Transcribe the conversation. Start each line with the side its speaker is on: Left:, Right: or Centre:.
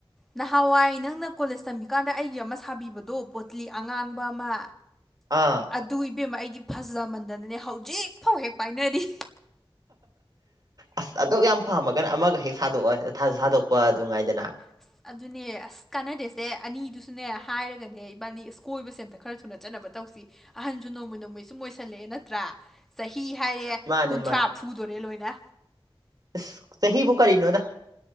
Centre: ꯅꯍꯥꯋꯥꯏ ꯅꯪꯅ ꯀꯣꯂꯦꯁ ꯇꯝꯃꯤꯀꯥꯟꯗ ꯑꯩꯒꯤ ꯑꯃ ꯁꯥꯕꯤꯕꯗꯣ ꯄꯣꯠꯂꯤ ꯑꯉꯥꯡꯕ ꯑꯃ
Right: ꯑꯥ
Centre: ꯑꯗꯨ ꯏꯕꯦꯝꯃꯥ ꯑꯩꯗꯤ ꯐꯖꯥ ꯃꯟꯗꯅꯅꯦ ꯍꯧꯖꯤꯛ ꯐꯥꯎ ꯍꯦꯛ ꯄꯥꯏꯅꯔꯤ
Right: ꯑꯁ ꯑꯗꯨꯛ ꯌꯥꯝ ꯄꯥꯝꯃꯒꯅ ꯑꯃꯒ ꯍꯦꯛ ꯁꯥꯗꯣꯛꯑꯥ ꯊꯥ ꯁꯥꯗꯣꯛꯄ ꯑꯗꯨ ꯉꯥꯏꯗꯅ
Centre: ꯑꯁ ꯑꯗꯨꯅꯦ ꯑꯁ ꯀꯥꯟꯅꯗꯦꯁꯦ ꯑꯅꯤꯗꯨꯁꯨꯅꯦ ꯍꯥꯏꯔꯒꯅꯦ ꯏꯕꯥꯅꯤ ꯏꯁ ꯀꯣꯏꯕꯁꯦ ꯑꯝꯇ ꯈꯔ ꯊꯨꯅ ꯆꯠꯅꯕ ꯇꯧꯁꯤ ꯑꯍꯟꯁꯨ ꯅꯣꯡꯃꯩ ꯅꯣꯡꯃꯩ ꯁꯨꯝ ꯑꯣꯏꯁꯜꯂꯛꯑꯦ ꯅꯠꯇ꯭ꯔꯥ ꯆꯍꯤ ꯍꯥꯏꯔꯦ
Right: ꯃꯥꯅꯤ
Centre: ꯀꯨꯟꯊ꯭ꯔꯥ ꯐꯨꯗꯣꯔꯦ ꯂꯣꯏꯅ
Right: ꯏꯁ ꯆꯍꯤꯕꯨ ꯀꯔꯤꯅꯣꯗ